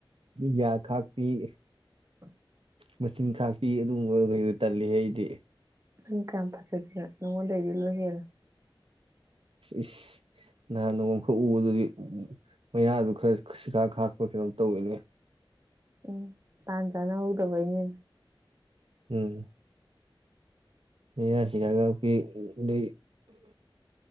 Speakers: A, on the right (about 80°); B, on the right (about 35°).
A: ꯌꯥ ꯈꯥꯛꯄꯤ
B: <inaudible>
A: ꯃꯆꯤꯟ ꯈꯥꯛꯄꯤ ꯑꯗꯨꯒꯝꯕꯩꯗ ꯇꯜꯂꯤꯍꯦ ꯑꯩꯗꯤ
B: ꯅꯪ ꯀꯌꯥꯝ ꯐꯖꯗꯅ ꯅꯉꯣꯟꯗꯒꯤꯗꯤ ꯂꯣꯏꯝ ꯍꯦꯜꯂꯦ
A: ꯏꯁ ꯅꯍꯥꯟ ꯅꯣꯡ ꯑꯃꯈꯛ ꯎꯕꯗꯨꯗꯤ ꯃꯌꯥꯗꯨ ꯈꯔ ꯁꯤꯈꯥꯛ ꯈꯥꯛꯄ ꯀꯩꯅꯣꯝ ꯇꯧꯏꯅꯦ
B: ꯎꯝ ꯇꯥꯥꯟ ꯆꯥꯅ ꯍꯧꯗꯕꯩꯅꯤ
A: ꯎꯝ ꯃꯌꯥꯁꯤꯒ ꯀꯥꯛꯄꯤꯗꯤ